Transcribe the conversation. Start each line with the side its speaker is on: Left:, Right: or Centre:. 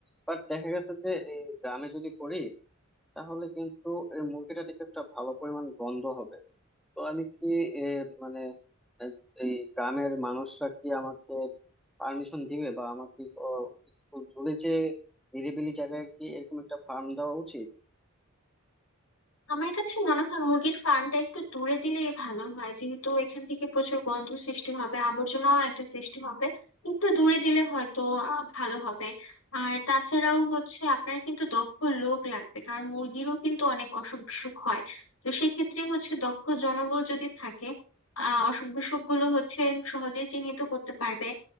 Centre: বাট দেখা গেছে যে এই গ্রামে যদি করি তাহলে কিন্তু এই মুরগিটা থেকে একটা ভালো পরিমাণ গন্ধ হবে তো আমি কি এ, মানে আহ, এই গ্রামের মানুষরা কি আমাকে পারমিশন দিবে বা আমাকে ও, একটু দূরে যে নিরিবিলি জায়গায় কি এরকম একটা ফার্ম দেওয়া উচিত
Left: আমার কাছে মনে হয় মুরগির ফার্মটা একটু দূরে দিলেই ভালো হয় যেহেতু এখান থেকে প্রচুর গন্ধ সৃষ্টি হবে আবর্জনাও একটা সৃষ্টি হবে একটু দূরে দিলে হয়তো আহ, ভালো হবে আর তাছাড়াও হচ্ছে আপনার কিন্তু দক্ষ লোক লাগবে কারণ মুরগিরও কিন্তু অনেক অসুখ বিসুখ হয় তো সেক্ষেত্রে হচ্ছে দক্ষ জনবল যদি থাকে আহ অসুখ বিসুখ গুলো হচ্ছে সহজেই চিহ্নিত করতে পারবে